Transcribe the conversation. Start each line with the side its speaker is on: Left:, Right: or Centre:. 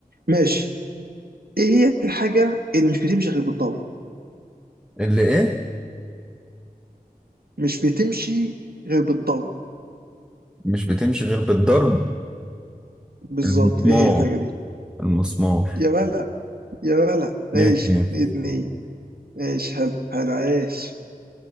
Right: ماشي إيه هي الحاجة اللي مش بتمشي غير بالضرب؟
Centre: اللي ايه
Right: مش بتمشي غير بالضرب
Centre: مش بتمشي غير بالضرب
Right: بالظبط
Centre: المسمار
Right: إيه هي الحاجة دي؟
Centre: المسمار
Right: يا ولا يا ولا ماشي
Centre: اتنين اتنين
Right: اتنين اتنين. ماشي حلو حلو عايش